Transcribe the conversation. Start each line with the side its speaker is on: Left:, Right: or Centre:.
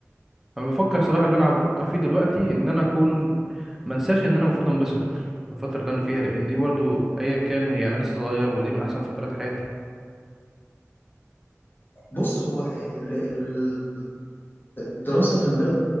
Centre: أنا بفكر صراحة اللي أنا بفكر فيه دلوقتي إن أنا أكون منساش إن أنا المفروض أنبسط في الفترة اللي أنا فيها لأن دي برضو أيا كان هي أنا لسه صغير ودي من أحسن فترات حياتي
Left: بص هو ال- ال- الدراسه في المجال